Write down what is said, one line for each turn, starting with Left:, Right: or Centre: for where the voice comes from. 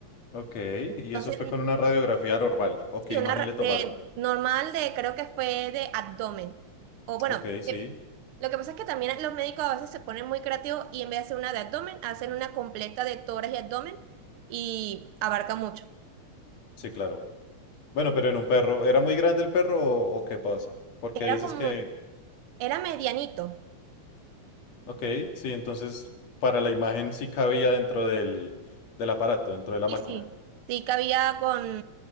Left: Ok, y
Right: Entonces,
Left: eso fue con una radiografía normal. ¿O
Right: Sí,
Left: qué imagen
Right: una ra-
Left: le tomaron?
Right: de normal de creo que fue de abdomen. O bueno,
Left: Ok, sí.
Right: de- lo que pasa es que también los médicos a veces se ponen muy creativos y en vez de hacer una de abdomen, hacen una completa de tórax y abdomen y abarca mucho.
Left: Sí, claro. Bueno, pero en un perro. ¿Era muy grande el perro o, o qué pasa? Porque
Right: Era
Left: dices
Right: como,
Left: que...
Right: era medianito.
Left: Ok, sí, entonces para la imagen sí cabía dentro del, del aparato, dentro de la
Right: Sí,
Left: máquina.
Right: sí. Sí, cabía con